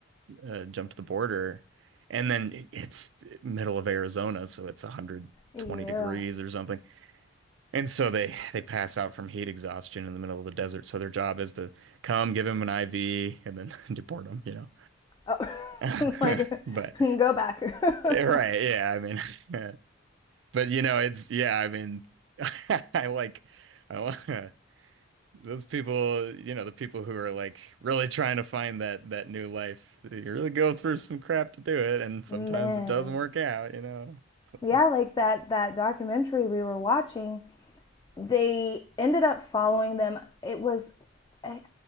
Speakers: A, on the right (about 65°); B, on the left (about 20°).
A: uh, jumped the border, and then it's middle of Arizona, so it's 120
B: yeah.
A: degrees or something. And so they they pass out from heat exhaustion in the middle of the desert. So their job is to come, give him an IV, and then <laughs> deport him, you know.
B: Oh,
A: <laughs>
B: <laughs> like
A: But
B: go back. <laughs>
A: right, yeah, I mean, <laughs> but you know, it's yeah, I mean, <laughs> I like I, those people, you know, the people who are like really trying to find that that new life, you really go through some crap to do it, and sometimes
B: Man.
A: it doesn't work out, you know. So,
B: Yeah, like that that documentary we were watching, they ended up following them. It was I,